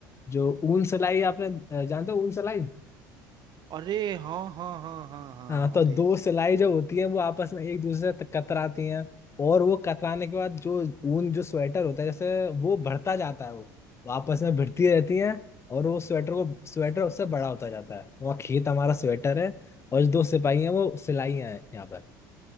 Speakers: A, on the left; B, on the right.
A: जो ऊन सलाई आपने अ, जानते हो ऊन सलाई
B: अरे हाँ हाँ हाँ हाँ हाँ
A: हाँ तो
B: अरे
A: दो सिलाई जो होती है वो आपस में एक दूसरे से त- कतराती हैं और वो कतराने के बाद जो ऊन जो स्वेटर होता है जैसे वो बढ़ता जाता है वो वो आपस में भिड़ती रहती हैं और वो स्वेटर को स्वेटर उससे बड़ा होता जाता है वहाँ खेत हमारा स्वेटर है और जो दो सिपाही हैं वो सिलाई हैं यहाँ